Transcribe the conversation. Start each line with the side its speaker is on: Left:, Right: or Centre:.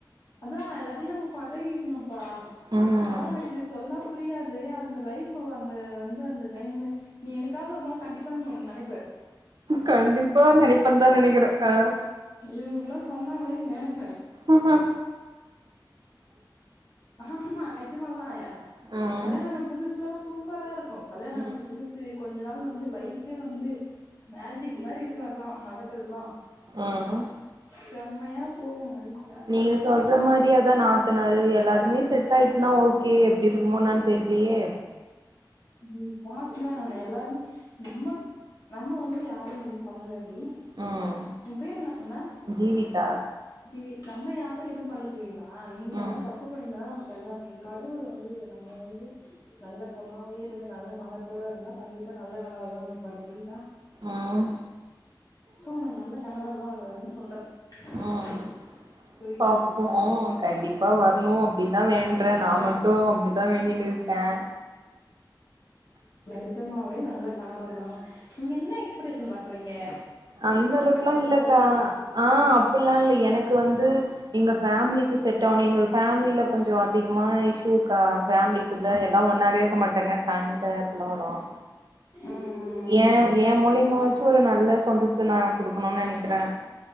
Left: அது எல்லாத்தையு நம்ம பழகிக்கணும்பா
Right: ம்
Left: ஆனா உனக்கு சொன்னா புரியாது அந்த லைஃப் அந்த வந்து அந்த டைம்ல நீ என்னைக்காவது ஒரு நாள் கண்டிப்பா நீ நெனப்ப
Right: கண்டிப்பா நெனப்பந்த தா நெனக்குறே ஆ
Left: இவங்க இவ்ளோ சொன்னாங்களே நீ நெனப்ப
Right: ஆஹா
Left: ஆமா நெஜமாதா
Right: ம்
Left: கல்யாண ஆன புதுசுல்லா சூப்பரா இருக்கு கல்யாண
Right: ம்
Left: ஆன புதுசுல கொஞ்ச நாள் வந்து லைஃபே வந்து மேஜிக் மாரி இருக்கு எல்லா நடக்கறதுதா
Right: ம்
Left: செம்மையா போகுங் நைட்
Right: நீங்க சொல்ற மாதிரிய தா நா நாத்தனாரு எல்லாருமே செட் செட் ஆயிருச்னா ஓகே எப்டி இருக்குமோ என்னான்னு தெரிலயே
Left: நீ பாசிட்டிவா நென எல்லாரு நம்ம நம்ம வந்து யாரு எதுவு பண்ணலடி
Right: ம்
Left: உன் பேரு என்ன சொன்ன
Right: ஜீவிதா
Left: ஜீவித் நம்ம யாரு எதுவு பண்ணல ஜீவிதா ஆ நீங்க
Right: ம்
Left: எதாவது தப்பு பண்ணிருந்தா தான எல்லாமே கடவுள் வந்து நம்மள வந்து நல்ல பொண்ணாவே இருந்து நல்ல மனசோட இருந்தா கண்டிப்பா நல்ல கணவர் தா அமைப்பார் புரியுதா
Right: ம்
Left: சோ உனக்கு நல்ல கணவர் தா வருவாரு சொல்றே
Right: ம்
Left: <inaudible> புரியுதா
Right: பாப்போ கண்டிப்பா வரணு அப்டிதா வேண்றே நா மட்டு அப்டிதா வேண்டினு இருக்கே
Left: இப்போவே நல்ல கணவர்தாம் நீங்க என்ன எக்ஸ்பிரேஷன் பண்றீங்க
Right: அந்த அளவுக்குலாம்
Left: மாப்பிள்ள
Right: இல்லக்கா
Left: படிச்சிருக்கணு
Right: ஆ அப்டி இல்ல எனக்கு வந்து எங்க ஃபேமிலிக்கு செட் ஆனு எங்க ஃபேமிலில கொஞ்சம் அதிகமா இஷ்யு இருக்கா ஃபேமிலிக்குள்ள எல்லாம் ஒன்னாவே இருக்க மாட்டேங்க சண்டை அப்படில்லாம் வரும்
Left: ம் ம்
Right: என் என் மூலியமாச்சு ஒரு நல்ல சொந்தத்தை நான் குடுக்கணுன்னு நினைக்கிறேன்